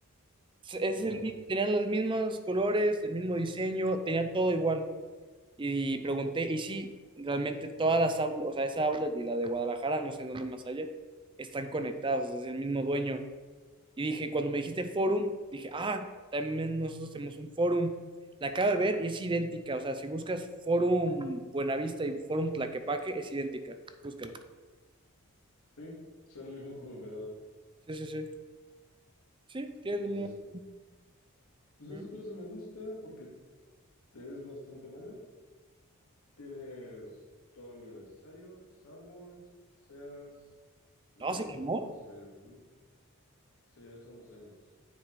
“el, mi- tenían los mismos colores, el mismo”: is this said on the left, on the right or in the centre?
Right